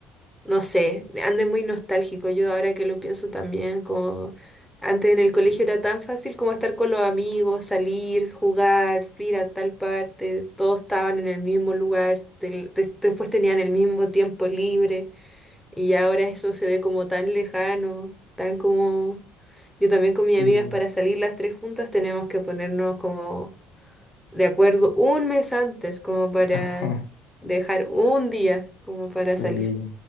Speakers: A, in the centre; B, on the left (about 65°).
A: no sé, ande muy nostálgico. Yo ahora que lo pienso también, como antes en el colegio era tan fácil como estar con los amigos, salir, jugar, ir a tal parte, todos estaban en el mismo lugar, del- des- después tenían el mismo tiempo libre y ahora eso se ve como tan lejano, tan como... Yo también con mis
B: Sí,
A: amigas para salir las tres juntas tenemos que ponernos como de acuerdo un mes antes, como para
B: <laughs>
A: dejar un día como para
B: sí,
A: salir.